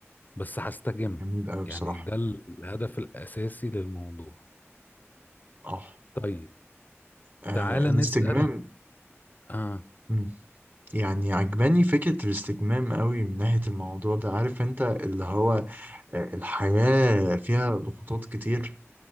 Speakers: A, on the left; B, on the right.
A: بس هستجم
B: جميل أوي بصراحة
A: يعني ده الهدف الأساسي للموضوع
B: أه
A: طيب
B: آه،
A: تعالى
B: الاستجمام
A: نسأل اه
B: م. يعني عجباني فكرة الاستجمام قوي من ناحية الموضوع ده عارف انت اللي هو آه، الحياة فيها ضغوطات كتير